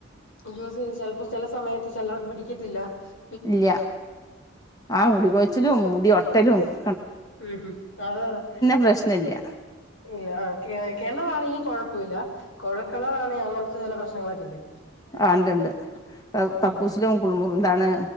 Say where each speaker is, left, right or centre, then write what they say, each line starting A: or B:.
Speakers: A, on the left (about 70°); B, on the left (about 20°).
A: യൂസ് ചെയ സ്പ്പ <unintelligible> ചില സമയത്ത് ചിലർക്ക് പിടിക്ക ത്തില്ല <unintelligible>
B: ഇല്ല ആ മുടി കൊൊഴിച്ചിലും മുടിട് <unintelligible> പരും <inaudible>
A: ഉം ഹം അതെ അതെ
B: പ്രശ്നം ഇല്ല
A: ഇല്ല ആ കിണ്ണ വണെങ്കി കൊഴപ്പമില്ല കൊഴക്കണറാണെ അങ്ങനത്തെ ചില പ്രശ്നങ്ങളൊക്കെല്ലേ
B: ആ ഉണ്ട് ഉണ്ട് കക്കൂസിലും
A: ഹും
B: കുളിമുറും എന്താണ്